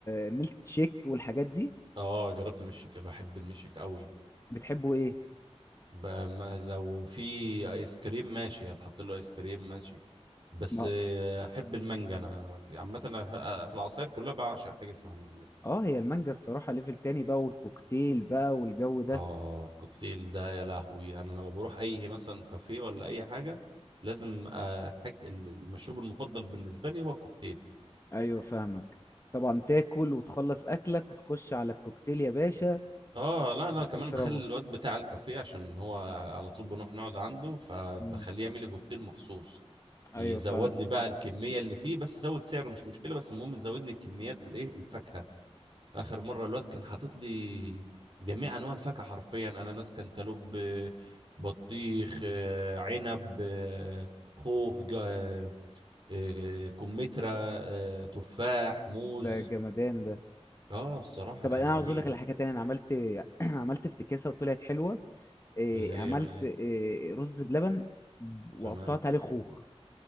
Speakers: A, on the left (about 25°); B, on the right (about 50°).
A: الميلك شيك والحاجات دي
B: اه جربت مشيك بحب المشيك قوي
A: بتحبه ايه
B: ب- ما- لو في ايس كريم ماشي هتحط له ايس كريم ماشي بس
A: ما
B: آه، احب المانجا انا عامه أنا في العصاير كلها بعشق حاجه اسمها مانجا
A: اه هي المانجا الصراحة ليفل تاني بقى والكوكتيل بقى والجو ده
B: اه الكوكتيل ده يا لهوي انا لما بروح اي مثلا كافيه ولا اي حاجه لازم آه، حاج- المشروب المفضل بالنسبه لي هو الكوكتيل
A: ايوه فاهمك طبعا تاكل وتخلص اكلك وتخش على الكوكتيل يا باشا
B: اه لا لا كمان
A: تشربه
B: بخلي الواد بتاع الكافيه عشان هو على طول بنروح نقعد عنده فبخليه
A: مم.
B: يعمل لي كوكتيل مخصوص
A: ايوه
B: يزود
A: فاهمك
B: لي بقى الكميه اللي فيه بس زود سعره مش مشكله بس المهم زود لي كميات الايه الفاكهه اخر مره الواد كان حاطط لي جميع انواع الفاكهه حرفيا اناناس كانتالوب آه، بطيخ آه، عنب آه، خوخ جا- آه، آه، كمثرى آه، تفاح موز
A: ده جمدان ده
B: اه الصراحه
A: طب
B: كان
A: انا
B: جميل
A: عاوز اقول لك على حاجه تانية انا عملت <clears throat> عملت افتكاسه وطلعت حلوه إيه
B: اللي هي
A: عملت
B: بقى ايه
A: إيه رز بلبن وقطعت
B: تمام
A: عليه خوخ